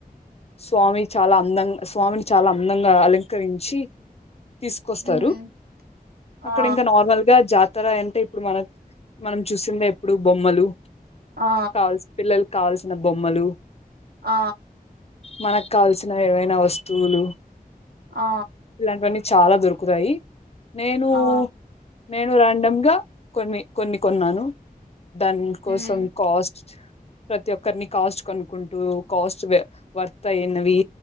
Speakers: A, on the left; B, on the right.
A: స్వామి చాలా అందంగా స్వామిని చాలా అందంగా అలంకరించి తీసుకొస్తారు
B: మ్మ్ ఆ
A: అక్కడ ఇంకా నార్మల్ గా జాతి తర అంటే ఇప్పుడు మన మనం చూసిందే ఎప్పుడు బొమ్మలు
B: ఆ
A: కాల్స్ పిల్లలు కావల్సిన బొమ్మలు
B: ఆ
A: మనకు కావల్సిన ఏవైనా వస్తువులు
B: ఆ
A: ఇలాంటివన్నీ చాలా దొరుకుతాయి నేను
B: ఆ
A: నేను రాండమ్గా కొన్ని కొన్ని కొన్నాను దాన్ కోసం
B: మ్మ్
A: కాస్ట్ ప్రతి ఒక్కరిని కాస్ట్ కోనుక్కుంటూ కాస్ట్ వర్తాయినవి